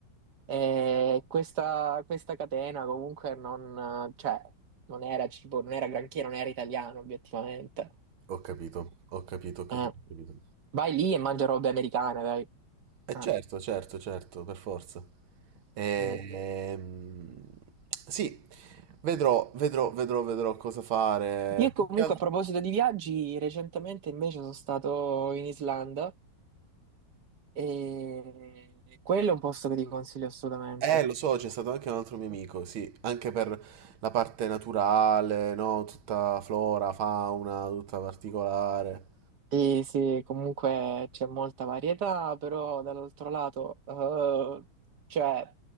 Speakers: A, on the right (about 55°); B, on the right (about 80°).
A: e questa, questa catena comunque non, eh, cioè, non era cibo, non era granché, non era italiano obiettivamente.
B: Ho capito, ho capito, ho capito,
A: Eh,
B: ho capito.
A: vai lì e mangia robe americane, dai.
B: Eh
A: Eh,
B: certo, certo, certo, per forza. Ehm,
A: mm.
B: sì, vedrò, vedrò, vedrò, vedrò cosa fare.
A: Io comunque
B: Più che altro-
A: a proposito di viaggi, recentemente invece sono stato in Islanda e quello è un posto che ti consiglio assolutamente.
B: Eh, lo so, c'è stato anche un altro mio amico, sì, anche per la parte naturale, no? Tutta flora, fauna, tutta particolare.
A: Sì, sì, comunque c'è molta varietà, però dall'altro lato, eh, cioè,